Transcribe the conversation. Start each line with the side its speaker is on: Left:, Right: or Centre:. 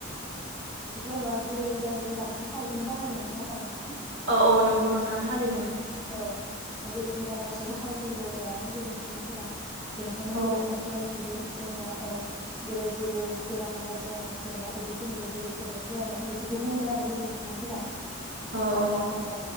Centre: जेन'बा गोदो गोदायथ' बांसिन खारैखौनो बाहायोमोन नङा होमबा नोंथां?
Right: औ औ नंगौ नोंथां थारैनो।
Centre: औ गोदो थ' बारा एसे
Right: औ
Centre: थावफोरबो जायामोन गोदोनि सुबुंफोरा। बेनिखायनो
Right: औ
Centre: गोदोनि मानसिफोरा <unintelligible> जोंनिया ओ गोदो जेबो बेराम आजार जायामोन जेनेबा उदैफोरनिबो जेबो प्रब्लेम जायामोन बेफोरखौ बुङोमोन आरो गोदोनि सुबुंफोरा। ओ
Right: औ औ
Centre: दा अ